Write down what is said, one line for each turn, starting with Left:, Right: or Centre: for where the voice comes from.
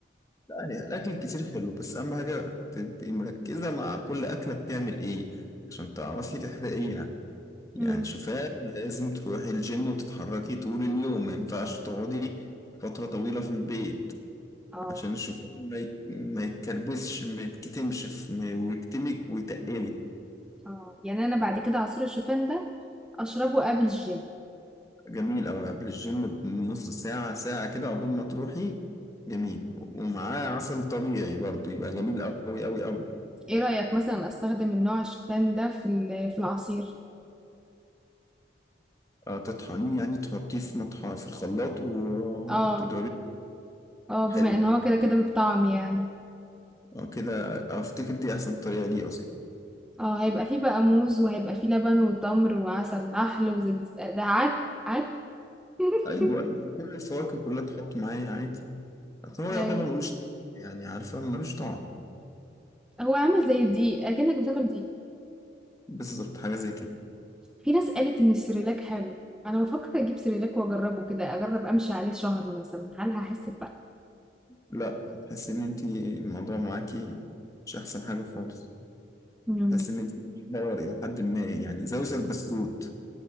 Left: لا يعني الأكل الكتير حلو بس أهم حاجة تبقي مركزة مع كل أكلة بتعمل إيه عشان تعرفي تحرقيها يعني
Centre: مم.
Left: شوفان لازم تروحي الجيم وتتحركي طول اليوم ما ينفعش تقعدي فترة طويلة في البيت
Centre: اه
Left: عشان الشوفان ما يت- ما يتكربسش ما يتكتمش في- ما- ويكتمك ويتقلك
Centre: اه يعني أنا بعد كده عصير الشوفان ده أشربه قبل الجيم
Left: جميل أوي قبل الجيم بنص ساعة ساعة كده قبل ما تروحي جميل ومعاه عسل طبيعي برضه يبقى جميل أوي أوي أوي
Centre: إيه رأيك مثلا أستخدم النوع الشوفان ده في ال- في العصير
Left: آه، تطحنيه يعني تحطيه في مطحن في الخلاط و-
Centre: اه
Left: وتضربيه
Centre: اه بما
Left: حلو
Centre: إن هو كده كده بالطعم يعني
Left: آه، كده أفتكر دي أحسن طريقة ليه أصلا
Centre: اه هيبقى فيه بقى موز وهيبقى فيه لبن وتمر وعسل نحل وزبز ده عك عك <laughs>
Left: أيوه أيوه كل الفواكه كلها تحط معاه عادي أصل هو
Centre: آه،
Left: يعتبر ملوش طعم، يعني عارفة ملوش طعم
Centre: هو عامل زي الدقيق اكنك بتاكل دقيق
Left: بس ظبط حاجة زي كده
Centre: في ناس قالت ان السريلاك حلو انا بفكر اجيب سريلاك واجربه كده اجرب امشي عليه شهر مثلا هل هحس بفرق
Left: لا هتحسي إن أنتي الموضوع معاكي مش أحسن حاجة خالص
Centre: مم،
Left: بس مديك دور إلى حد ما يعني زوزة بسكوت